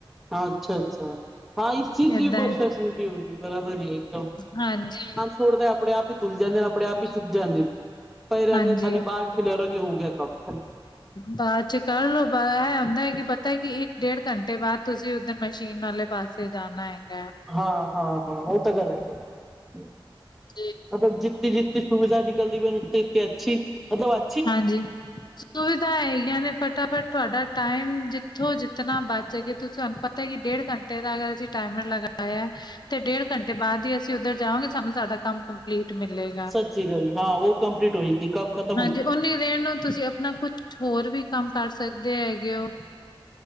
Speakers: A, in the centre; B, on the left (about 50°).
A: ਹਾਂ ਅੱਛਾ-ਅੱਛਾ ਹਾਂ ਇਸ ਚੀਜ
B: ਏਦਾਂ
A: ਬ
B: ਹੈ
A: <unintelligible> ਹੁੰਦੀ ਬਰਾਬਰ ਈ ਐ ਇੱਕਦਮ।
B: ਹਾਂਜੀ।
A: ਤੋੜਦਾ ਆਪਣੇ ਆਪ ਈ ਤੁਲ ਜਾਂਦੇ ਨੇ ਆਪਣੇ ਆਪ ਹੀ ਸੁੱੱਕ ਜਾਂਦੇ ਨੇ ਪਏ ਰੈਂਦੇ
B: ਹਾਂਜੀ
A: ਨੇ ਖਾਲੀ ਬਾਰ ਹੋ ਗਿਆ ਕੰਮ
B: ਬਾਦ ਚ ਕਰ ਲੋ ਬ ਐ ਹੁੰਦਾ ਹੈ ਕੀ ਪਤਾ ਕੀ ਇੱਕ ਡੇਢ ਘੰਟੇ ਬਾਦ ਤੁਸੀਂ ਉੱਧਨ ਮਸ਼ੀਨ ਵਾਲੇ ਪਾਸੇ ਜਾਣਾ ਹੈਗੈ।
A: ਹਾਂ-ਹਾਂ-ਹਾਂ ਓ ਤਾਂ ਗਲ <unintelligible>
B: ਠੀਕ।
A: ਮਤਲਬ ਜਿੱਤੀ-ਜਿੱਤੀ ਸੁਵਿਧਾ ਨਿਕਲਦੀ ਬ ਉਤੀ-ਉਤੀ ਅੱਛੀ ਮਤਲਬ ਅ
B: ਹਾਂਜੀ ਸੁਵਿਧਾ ਹੈਗੀਆਂ ਨੇ ਫਟਾਫਟ ਤੁਹਾਡਾ ਟਾਈਮ ਜਿੱਥੋਂ ਜਿੱ ਤਨਾ ਬੱਚ ਜਾਏ ਤੁਸੀਂ ਤਾਂਨੂੰ ਪਤਾ ਕਿ ਡੇਢ ਘੰਟੇ ਦਾ ਅਗਰ ਅਸੀਂ ਟਾਈਮਰ ਲੱਗਾ ਗਿਆ ਤੇ ਡੇਢ ਘੰਟੇ ਬਾਦ ਈ ਅਸੀਂ ਉੱਧਰ ਜਾਵਾਂਗੇ ਸਾਨੂੰ ਸਾਡਾ ਕੰਮ ਕੰਪਲੀਟ ਮਿਲੇ।
A: ਸੱਚੀ ਗੱਲ ਏ, ਹਾਂ ਉਹ ਕੰਪਲੀਟ ਹੋਈ ਸੀ ਕੰਮ ਖਤ
B: ਹਾਂਜੀ ਓਨੀ ਦੇਰ ਨੂੰ ਤੁਸੀਂ ਆਪਣਾ ਕੁਛ ਹੋਰ ਵੀ ਕੰਮ ਕਰ ਸਕਦੇ ਹੈਗੇ ਹੋ।